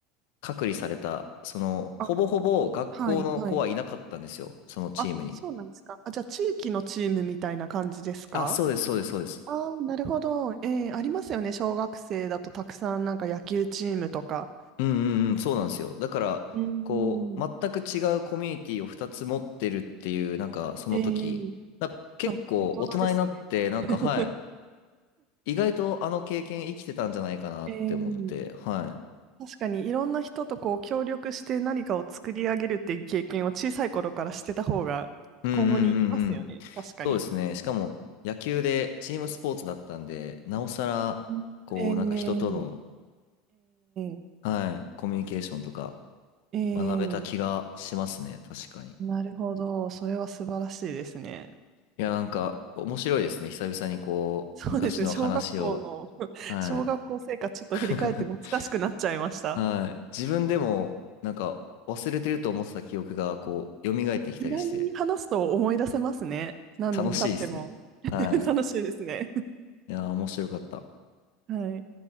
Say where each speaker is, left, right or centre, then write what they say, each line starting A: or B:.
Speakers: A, on the left; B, on the right.
A: 隔離された、その、
B: あ、
A: ほぼほぼ学校の子はいなかったんですよ、
B: はいはい。
A: そのチームに。
B: あ、そうなんですか。あ、じゃあ地域のチームみたいな感じですか
A: あ、そうです、そうです、そうです。
B: ああ、なるほど。えー、ありますよね。小学生だとたくさんなんか野球チームとか。
A: うんうんうん、そうなんですよ。だから、
B: うん。
A: こう、全く違うコミュニティを2つ持ってるっていう、なんか、その時、
B: えー、
A: な結構大人になって、
B: あ、大人ですね。
A: なんか、
B: <laughs>
A: はい、意外とあの経験生きてたんじゃないかなって思って、
B: えー、
A: はい。
B: 確かにいろんな人とこう協力して何かを作り上げるっていう経験を小さい頃からしてた方が今後に行きますよね。
A: うんうんうんうん。
B: 確かに。
A: そうですね。しかも、野球でチームスポーツだったんで、なおさら、
B: うんえー、
A: こう、なんか人との、
B: え
A: はい、コミュニケーションとか
B: ー、え
A: 学べた気がしますね。
B: ー、
A: 確かに。
B: なるほど。それは素晴らしいですね。
A: いや、なんか、面白いですね。久々にこう、
B: そうですね、
A: 昔の話を、
B: 小学校の、<laughs>
A: はい。
B: 小学校生活ちょっと振り返って懐かしくなっちゃいました。
A: <laughs> はい。自分でも、なんか、忘れてると思ってた記憶が、こう、蘇ってきたりして、
B: 意外に話すと思い出せますね。何年経っても。
A: 楽しいですね。
B: <laughs>
A: はい。
B: 楽しいですね。
A: いやー、面白かった。
B: はい。